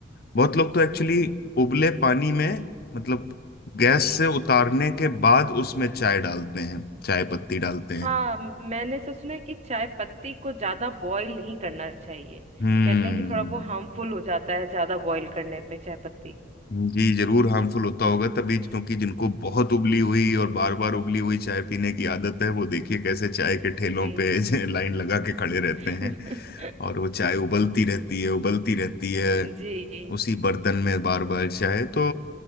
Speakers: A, on the left; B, on the right.
A: बहुत लोग तो एक्चुअली
B: जी
A: उबले पानी में मतलब गैस
B: जी
A: से उतारने के बाद उसमें चाय डालते हैं चाय पत्ती डालते हैं
B: हाँ मैंने ऐसा सुना है कि चाय पत्ती को ज्यादा बॉईल नहीं करना चाहिए
A: हम्म
B: कहते हैं कि थोड़ा वो हार्मफुल हो जाता है ज्यादा बॉईल करने पे चाय पत्ती
A: जी जरूर हार्मफुल होता होगा तभी क्योंकि जिनको बहुत उबली हुई और बार बार उबली हुई चाय पीने की आदत है वो देखिए कैसे चाय के ठेलों
B: जी
A: पे <laughs> लाइन लगा के खड़े रहते
B: <laughs>
A: हैं और वो चाय उबलती रहती है उबलती रहती है
B: जी
A: उसी बर्तन में बार बार चाय तो